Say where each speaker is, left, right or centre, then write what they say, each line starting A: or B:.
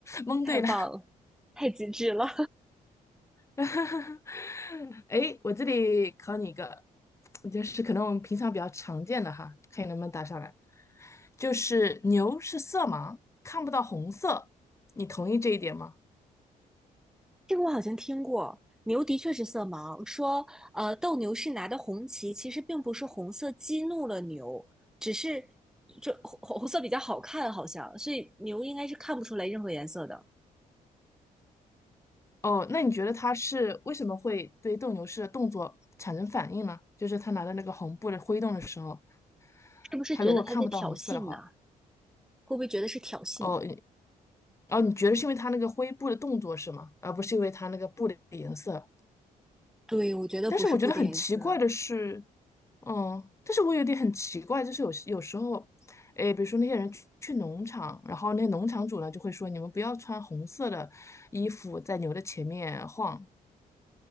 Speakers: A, on the left (about 20°); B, in the centre.
A: 蒙对了。
B: 太棒了，太机智了！
A: <laughs> 诶，我这里考你一个，就是可能我们平常比较常见的哈，看你能不能答上来。就是牛是色盲，看不到红色，你同意这一点吗？
B: <laughs> 这个我好像听过，牛的确是色盲，说呃斗牛士拿的红旗其实并不是红色激怒了牛，只是这红红色比较好看，好像，所以牛应该是看不出来任何颜色的。
A: 哦，那你觉得他是为什么会对斗牛士的动作产生反应呢？就是他拿着那个红布的挥动的时候，
B: 是不是觉得他在挑衅呢？
A: 他如果看不到红色的话，
B: 会不会觉得是挑衅？
A: 哦，你哦，你觉得是因为他那个灰布的动作是吗？而不是因为他那个布的颜色？
B: 对，我觉得不是布的颜色
A: 但是我觉得很奇怪的是，嗯，但是我有点很奇怪，就是有有时候，哎，比如说那些人去去农场，然后那些农场主呢就会说，你们不要穿红色的衣服在牛的前面晃，